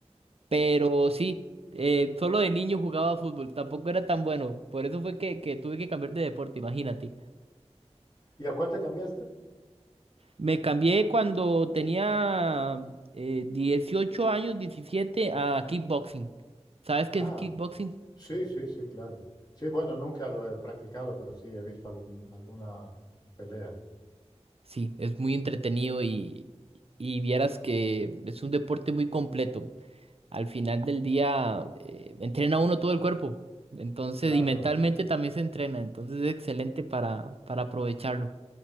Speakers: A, on the right; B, on the left.
A: Pero sí, eh, solo de niño jugaba fútbol, tampoco era tan bueno. Por eso fue que, que tuve que cambiar de deporte, imagínate.
B: ¿Y a cuál te cambiaste?
A: Me cambié cuando tenía eh, 18 años, 17 a kickboxing. ¿Sabes qué
B: Ah.
A: es kickboxing?
B: Sí, sí, sí, claro. Sí, bueno, nunca lo he practicado, pero sí he visto algún, alguna eh, pelea.
A: Sí, es muy entretenido y, y vieras que es un deporte muy completo. Al final del día, eh, entrena uno todo el cuerpo. Entonces,
B: Claro,
A: y mentalmente también se entrena. Entonces es excelente para, para aprovecharlo.